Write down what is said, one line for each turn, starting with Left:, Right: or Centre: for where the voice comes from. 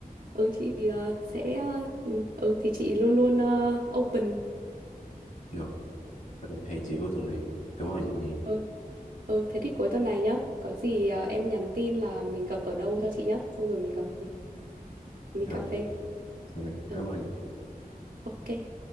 Right: ừ chị ờ, sẽ ờ, ừ ừ, thì chị luôn luôn ờ, open
Left: được hẹn chị cuối tuần này cảm ơn chị nhiều
Right: ừ ừ thế thì cuối tuần này nhá có gì ờ, em nhắn tin là mình gặp ở đâu cho chị nhá xong rồi mình gặp ừ, đi
Left: rồi
Right: cà phê
Left: rồi
Right: ừ
Left: cảm ơn chị
Right: ok